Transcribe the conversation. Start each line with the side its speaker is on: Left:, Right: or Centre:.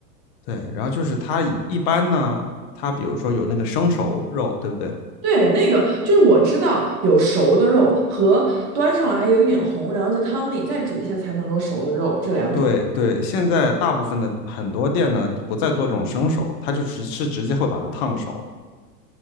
Left: 对，然后就是它一一般呢，它比如说有那个生熟肉，对不对？
Right: 对，那个就是我知道有熟的肉和端上来还有一点红，然后在汤里再煮一下才能够熟的肉，这两种
Left: 对对，现在大部分的很多店呢不再做这种生熟，它就直是直接会把它烫熟。